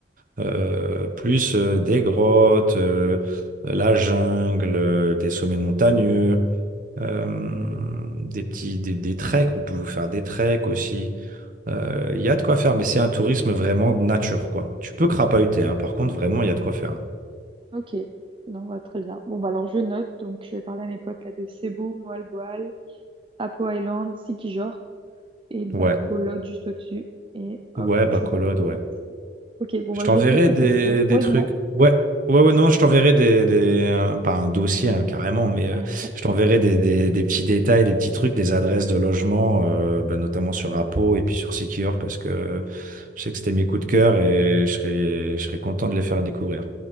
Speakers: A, on the right (about 50°); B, on the right (about 30°).
A: Euh, plus euh, des grottes, euh, la jungle, euh, des sommets montagneux. Euh, des petits des, des treks, vous pouvez vous faire des treks aussi. Euh, Il y a de quoi faire, mais c'est un tourisme vraiment de nature, quoi. Tu peux crapahuter, hein. Par contre, vraiment, il y a de quoi faire.
B: Ok, non, bah, très bien. Bon, bah, alors je note, donc je vais parler à mes potes là de Cebu, Moalboal, Apo Island, Sikijor. et Bacolod
A: Ouais,
B: juste au-dessus. Et hop,
A: ouais, bah
B: je
A: Colode,
B: vais leur proposer
A: ouais.
B: ça. Ok, bon,
A: Je
B: bah,
A: t'enverrai
B: je vais te laisser
A: des,
B: parce que...
A: des
B: Ouais,
A: trucs.
B: dis-moi.
A: Ouais, ouais, ouais, non, je t'enverrai des, des un- pas un dossier hein, carrément, mais euh,
B: <laughs>
A: je t'enverrai des, des, des petits détails, des petits trucs, des adresses de logement, euh, bah, notamment sur Apo et puis sur Secure, parce que je sais que c'était mes coups de cœur et je serais, je serais content de les faire découvrir.